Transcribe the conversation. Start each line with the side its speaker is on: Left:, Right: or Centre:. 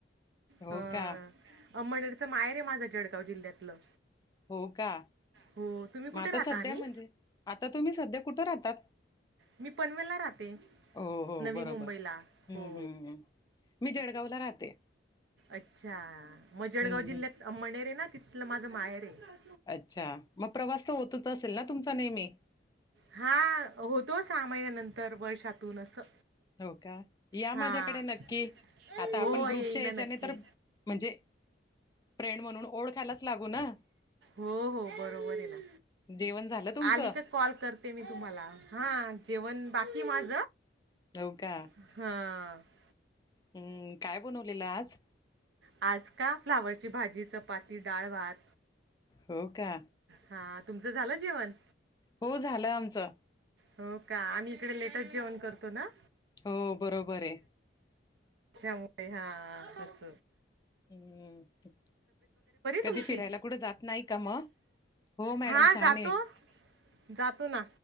Left: हो
Right: अ.
Left: का
Right: अमनेरचं मायर आहे माझं जळगाव जिल्ह्यातलं.
Left: हो का
Right: हो तुम्ही कुठे
Left: मग आता
Right: राहता
Left: सध्या
Right: आणि
Left: म्हणजे आता तुम्ही सध्या कुठं राहतात?
Right: मी पनवेलला राहते
Left: हो हो
Right: नवी
Left: बरोबर
Right: मुंबईला
Left: हम्म
Right: हो
Left: हम्म हम्म. मी जळगावला राहते.
Right: अच्छा मग जळगाव
Left: हम्म हम्म
Right: जिल्ह्यात अंबळनेर ना तिथलं माझं माहेर आहे.
Left: अच्छा मग प्रवास तर होतच असेल ना तुमचा नेहमी?
Right: हा होतो सहा महिन्यानंतर वर्षातून असं.
Left: हो का या
Right: हां
Left: माझ्याकडे नक्की आता
Right: हो
Left: आपण ग्रुपच्या
Right: येईन ना
Left: याच्याने
Right: नक्की
Left: तर. म्हणजे फ्रेंड म्हणून ओळखायलाच लागू ना.
Right: हो हो बरोबर आहे ना.
Left: जेवण झालं तुमचं
Right: आली का कॉल करते मी तुम्हाला हा जेवण बाकी माझ.
Left: होऊ का.
Right: हा
Left: हम्म काय बनवलेलं आज
Right: आज का फ्लावरची भाजी चपाती डाळवात
Left: हो का
Right: हा तुमचं झालं जेवण
Left: हो झालं आमचं
Right: हो का आम्ही इकडे लेटस जेवण करतो ना.
Left: हो बरोबर आहे.
Right: चमुई हा कस.
Left: हम्म कधी
Right: तुमची
Left: फिरायला कुठं जात नाही का मग? हो मॅडम
Right: हां
Left: छान
Right: जातो
Left: आहे.
Right: जातो ना